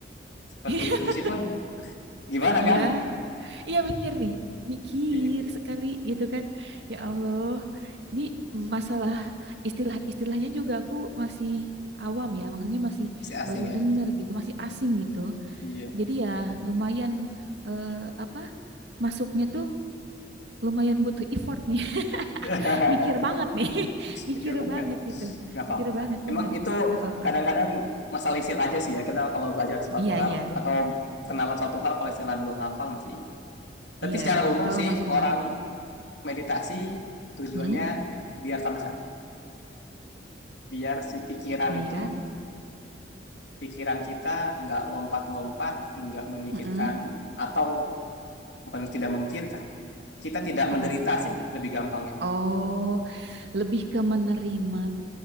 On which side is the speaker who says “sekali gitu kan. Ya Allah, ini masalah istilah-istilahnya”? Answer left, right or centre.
Right